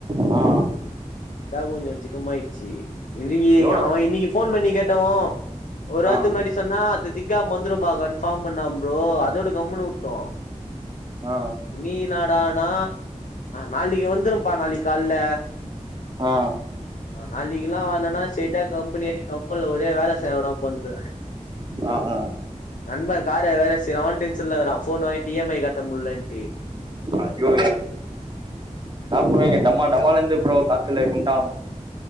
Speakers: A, on the right (about 35°); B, on the left (about 85°).
A: மா
B: அதா கொஞ்சோ சிக்கமாயிடுச்சி இன்னக்கி
A: எவ்ளோ
B: அவே இன்னைக்கி போன் பண்ணி கேட்டோ ஒரு வாரத்துக்கு
A: ஆ
B: முன்னாடி சொன்னா இந்த திங்காம் வந்துடும்பா கன்பார்ம்ன்னா ப்ரோ அதோட கம்முன்னு விட்டோ
A: ஆ
B: இன்னி என்னாடன்னா நாளிக்கீ வந்துரும்பா நாளிக்கி கால்ல
A: ஆ
B: நாளிக்கீ எல்லா வர்லன்னா ஸ்டிரைட்டா கம்பெனி வர கப்பல்ல ஒரே வேல செய்ய விடாம பண்ருவே
A: ஆ ஆ
B: நண்பன் கார வேற ஸ்ரவ்டிங்ஸ்ல விடுறா போன்ன வாங்கிட்டு இ ம் ஐ கட்ட முடியலன்ட்டு
A: அய்யய்யோ சாப்டுவாங்கே டமால் டமாலன்து ப்ரோ காத்துல குண்டாவாம்